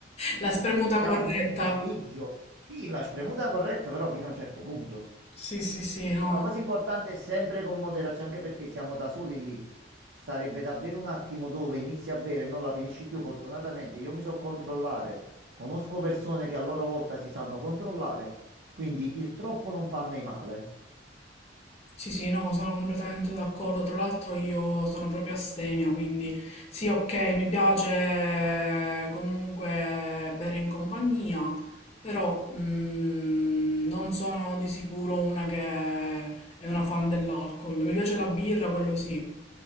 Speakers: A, on the left; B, on the right.
A: La spremuta
B: Aspettiamo
A: corretta.
B: almeno il pomeriggio. Sì, la spremuta corretta, però fino a un certo punto.
A: Sì, sì, sì, no.
B: Poi La cosa importante è sempre con moderazione, anche perché siamo da soli lì. Sarebbe davvero un attimo dove inizi a bere e non la finisci più. Fortunatamente io mi so controllare, conosco persone che a loro volta si sanno controllare, quindi il troppo non fa a me male.
A: Sì, sì, no, sono completamente d'accordo. Tra l'altro io sono proprio astemia, quindi sì, ok, mi piace eh, comunque bere in compagnia, però mm, non sono di sicuro una che è una fan dell'alcol. Mi piace la birra, quello sì.